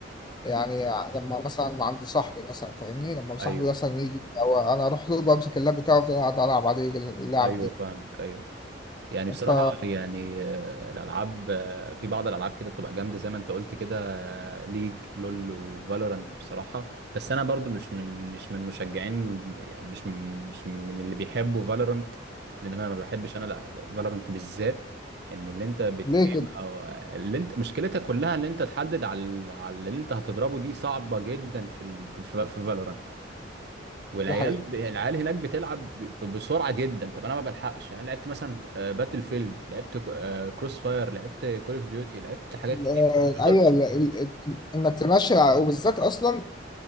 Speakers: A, on the left; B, on the right.
A: يعني لما مثلا عند صاحبي مثلا فاهمني لما صاحبي
B: ايوه
A: مثلا يجي او انا اروح له بمسك اللاب بتاعه وافضل قاعد العب عليه اللعب
B: ايوه
A: دي
B: فاهمك ايوه يعني بصراحة
A: ف
B: يعني آه، الألعاب آه، في بعض الألعاب كده بتبقى جامدة زي ما أنت قلت كده آه، ليج لول وفالورانت بصراحة بس أنا برضو مش من مش من مشجعين يعني مش من مش من اللي بيحبوا فالورانت لأن أنا ما بحبش أنا فالورانت بالذات إن اللي أنت بتقيم
A: ليه كده
B: أو آه، اللي أنت مشكلتها كلها اللي أنت تحدد على ال- على اللي أنت هتضربه دي صعبة جدا في ال... في فالورانت والعيال
A: دي حقيقة
B: ب- العيال هناك بتلعب ب- بسرعه جدا طب انا ما بلحقش يعني انا لعبت مثلا آه، باتل فيلد لعبت كروس فاير لعبت كول اوف ديوتي لعبت حاجات كتير
A: آه،
B: شوتر
A: ايوه ال- ال- ال- انك تمشي على- وبالذات اصلا